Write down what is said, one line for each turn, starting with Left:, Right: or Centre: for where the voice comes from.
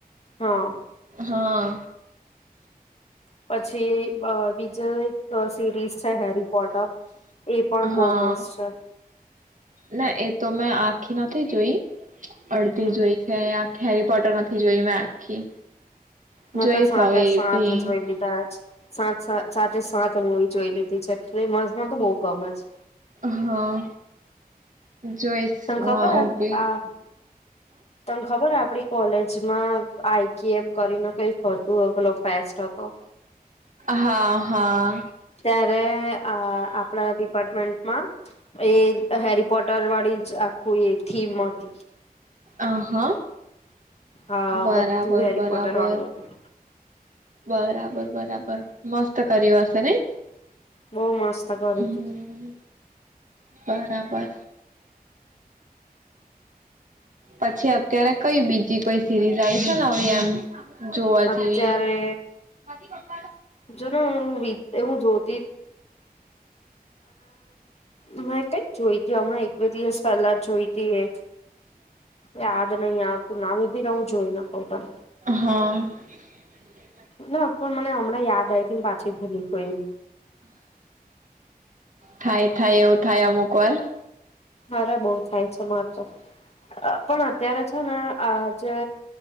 Left: હા
Right: હા.
Left: પછી એ બીજો એક સિરીઝ છે હેરી પોટર એ પણ
Right: હા
Left: બહ મસ્ત છે
Right: ના એ તો મેં આખી નથી જોઈ અડધી
Left: હમ
Right: જો હોય છે હેરી પોટર નથી જોઈ મેં આખી જોઈશ
Left: મે તો સાત
Right: હવે એ
Left: સાત
Right: બી
Left: જોઈ લીધા સાત સા સાત મુવી જોઈ લીધા એટલે મસ્ત બહુ ગમે છે
Right: હા જોઈશ
Left: તને ખબર
Right: હુ
Left: હે
Right: ભી
Left: આ તને ખબર હ આપડી કોલેજ આઈ કી એમ કરીને કઈ હતુ પેલો પેસ્ટ હતો
Right: હા હા
Left: ત્યારે આપણા ડિપારમેન્ટ મા એ હેરી પોટર વાળી આખું એ થીમ હતી <inaudible>
Right: અ હા
Left: હા
Right: બરાબર
Left: બધું હેરી
Right: બરાબર
Left: પોટર વાળું હતું
Right: બરાબર બરાબર મસ્ત કરયુ હશે નહી
Left: બહુ મસ્ત કર્યું
Right: હમ્મ
Left: હતું.
Right: બરાબર પછી અત્યારે કઈ બીજી કોઈ સિરીઝ આઈ ચાલને એમ જોવા
Left: અત્યારે
Right: જેવી <inaudible>
Left: જો ને હુ વી એ હું જોત ના ક જોઈતી હમણા એક બે દિવસ પહેલા જોઈતી એ યાદ નહી આવતું નામ ઉભી રહું જોઈ ને કઉં તને
Right: હા <inaudible>
Left: ના પણ મને હમણાં યાદ આવીઈ તી ને પાછી ભૂલી ગઈ
Right: થાય થાય એવું થાય અમુક વાર
Left: અરે બઉુ થાય છે પણ અત્યારે છે ને આ જે